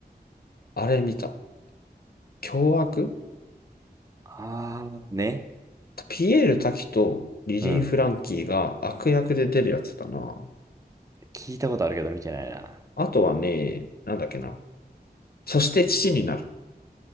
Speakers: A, on the left; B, on the right.
A: あれ見た。凶悪
B: あー、ね。
A: ピエール瀧とリリー・
B: うん。
A: フランキーが悪役で出るやつだな。
B: 聞いたことあるけど見てないな。
A: あとはね、なんだっけな。そして父になる。